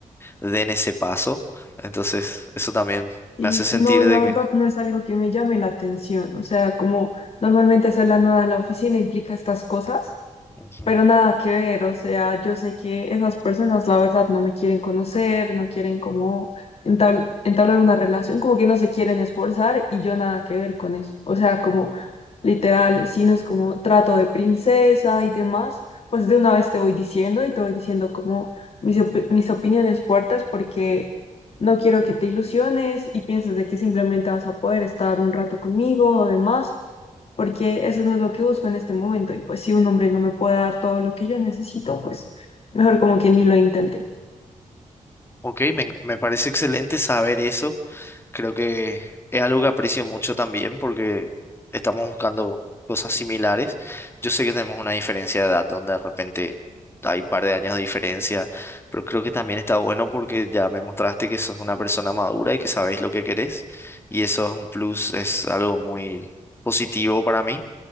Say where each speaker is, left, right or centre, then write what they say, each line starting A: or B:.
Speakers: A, on the left (about 20°); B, on the left (about 50°).
A: den ese paso. Entonces, eso también
B: Y
A: me hace sentir
B: no, la
A: de
B: verdad
A: que...
B: no es algo que me llame la atención. O sea, como normalmente hacer la nuda en la oficina implica estas cosas.
A: Ujú.
B: Pero nada que ver, o sea, yo sé que esas personas la verdad no me quieren conocer, no quieren como entabl- entablar una relación, como que no se quieren esforzar y yo nada que ver con eso. O sea, como literal, si no es como trato de princesa y demás, pues de una vez te voy diciendo y te voy diciendo como mis, opi- mis opiniones fuertes porque no quiero que te ilusiones y pienses de que simplemente vas a poder estar un rato conmigo o demás porque eso no es lo que busco en este momento. Y pues si un hombre no me puede dar todo lo que yo necesito, pues mejor como que ni lo intente.
A: Ok, me, me parece excelente saber eso. Creo que es algo que aprecio mucho también porque estamos buscando cosas similares. Yo sé que tenemos una diferencia de edad donde de repente hay un par de años de diferencia, pero creo que también está bueno porque ya me mostraste que sos una persona madura y que sabes lo que querés y eso es un plus, es algo muy positivo para mí.